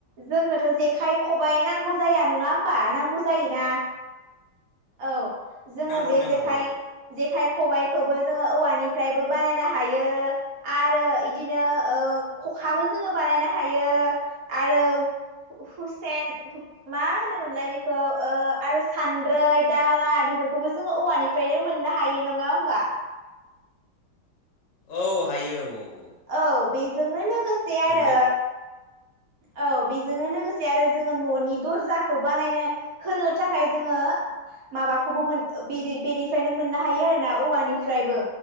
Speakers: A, on the right; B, on the left.
A: जोंनोथ' जेखाइ खबाइ नांगौ जाया नङा होमबा नांगौ जायो ना औ। जोङो
B: नांगौ
A: बे
B: नांगौ
A: जेखाइ
B: औ
A: जेखाइ खबाइखौबो जोङो औवानिफ्रायबो बानायनो हायो आरो बिदिनो ओ खखाबो जोङो बानायनो हायो आरो। हु हुसेन मा होनोमोनलाय बेखौ आरो सान्द्रै दाला बेफोरखौबो जोङो औवानिफ्रायनो मोननो हायो नङा होमबा?
B: औ हायो औ।
A: औ बेजोंनो लोगोसे आरो
B: नंगौ
A: औ बेजोंनो लोगोसे आरो जोङो ननि दरजिखौ बानायनो होनो थाखाय जोङो माबाखौबो मोन बेदि बेनिफ्रायनो मोननो हायो आरोना औवानिफ्रायबो।